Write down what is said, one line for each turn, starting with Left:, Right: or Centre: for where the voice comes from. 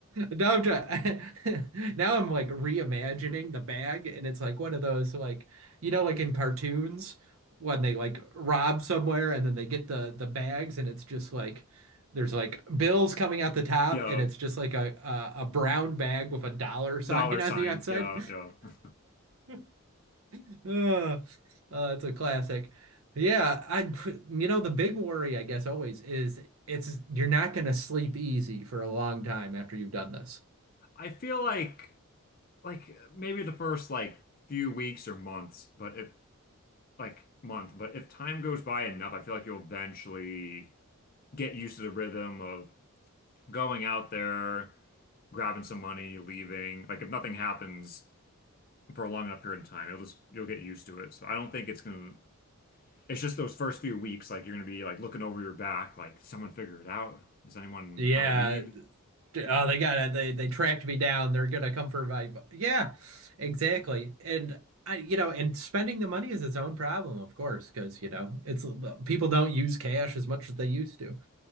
Right: Now I'm trying, <laughs> now I'm like reimagining the bag and it's like one of those like you know like in cartoons when they like rob somewhere and then they get the the bags and it's just like there's like bills coming out the top
Left: Yeah,
Right: and it's just like a a, a brown bag with a dollar <laughs> sign
Left: dollar
Right: on
Left: sign.
Right: the outside.
Left: Yeah, yeah.
Right: <laughs> Yeah. Uh, uh, it's a classic. Yeah, I, you know, the big worry, I guess, always is it's you're not going to sleep easy for a long time after you've done this.
Left: <laughs> I feel like like maybe the first like few weeks or months, but if like month, but if time goes by enough, I feel like you'll eventually get used to the rhythm of going out there. grabbing some money, leaving. Like if nothing happens for a long enough period of time, it'll just you'll get used to it. So I don't think it's gonna. It's just those first few weeks, like you're gonna be like looking over your back, like "Did someone figure it out. Does anyone
Right: Yeah,
Left: have a lead?
Right: Oh, they got to they they tracked me down. They're gonna come for my bu- yeah, exactly. And I, you know, and spending the money is its own problem, of course, because you know it's people don't use cash as much as they used to.